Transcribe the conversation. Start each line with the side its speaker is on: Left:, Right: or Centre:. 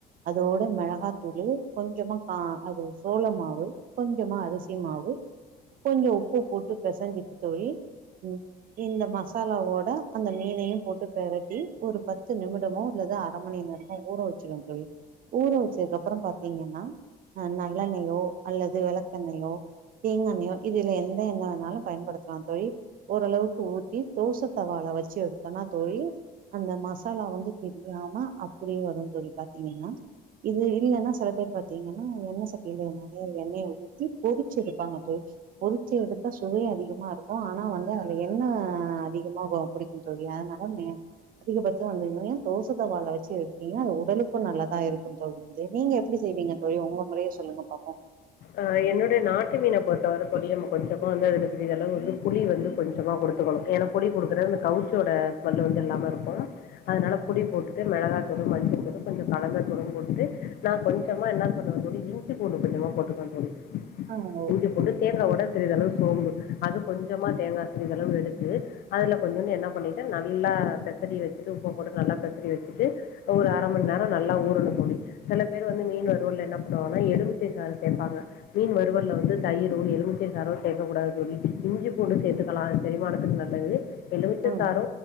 Right: அதோட மிளகாத்தூளு கொஞ்சமா கா அது சோள மாவு கொஞ்சமா அரிசி மாவு கொஞ்சோ உப்பு போட்டு பெசஞ்சிட்டு தோழி ம் இல்ல மசாலாவோட அந்த மீனையு போட்டு பெரட்டி ஒரு பத்து நிமிடமோ இல்லது அர மணி நேரமோ ஊற வச்சிருவ தோழி ஊற வச்சக்கப்றோ பாத்தீங்கன்னா அ நல்லெண்ணெயோ அல்லது வெளக்கெண்ணெயோ தேங்காண்ணெயோ இதுல எந்த எண்ண வேணாலு பயன்படுத்தலா தோழி ஓரளவுக்கு ஊத்தி தோச தவால வச்சு எடு த்தனா தோழி அந்த மசாலா வந்து பிரியாம அப்படியே வரு தோழி பாத்தீங்கன்னா இது இல்லன்னா செல பேர் பாத்தீங்கன்னா எண்ணெ சட்டில நறைய எண்ணெயை ஊத்தி பொரிச்சு எடுப்பாங்க தோ பொரிச்சி எடுத்தா சுவை அதிகமா இருக்கு ஆனா வந்து அதுல எண்ணெ அதிகமா புடிக்கு தோழி அதனால ம அதிகபட்சோ வந்தன்ன தோச தவால வச்சு எடுத்தீங்கன்னா அது உடலுக்கு நல்லதா இருக்கும் தோழி வந்து நீங்க எப்படி செய்வீங்க தோழி ஒங்க முறைய சொல்லுங்க பாப்போ
Left: ஆ என்னோடைய நாட்டு மீன பொறுத்த வரை தோழி நம்ம கொஞ்சமா வந்து அதுக்கு சிறிதளவு வந்து புளி வந்து கொஞ்சமா கொடுத் துக்கணு ஏனா புளி குடுக்குறது இந்த கவுச்சோட ஸ்மெல் வந்து இல்லாம இருக்கு அதனால புளி போட்டுட்டு மெளகாதூளு மஞ்சத்தூளு கொஞ்சோ கலந்த தூளும் போட்டுட்டு நா கொஞ்சமா என்ன போட்டுகுவ தோழி இஞ்சி பூண்டு கொஞ்சமா போட்டுக்குவ தோழி
Right: ஆ ஓ
Left: இஞ்சி பூண்டு தேங்கா ஒட சிறிதளவு சோம்பு அது கொஞ்சமா தேங்கா சிறிதளவு எடுத்து அதுல கொஞ்சூண்டு என்ன பண்ணிட்ட நல்லா பெசரி வச்சுட்டு உப்ப போட்டு நல்லா பெசரி வச்சுட்டு ஒரு அர மண் நேரோ நல்லா ஊரனு தோழி சில பேர் வந்து மீன் வருவல்ல என்ன பண்ணுவாங்னா எலுமிச்சை சாரு கேப்பாங்க மீன் வருவல்ல வந்து தயிரோ எலுமிச்சை சாரோ சேக்ககூடாது தோழி இஞ்சி பூண்டு சேர்த்துக்கலா செரிமானத்துக்கு நல்லது எலுமிச்சை
Right: ம்
Left: சாரு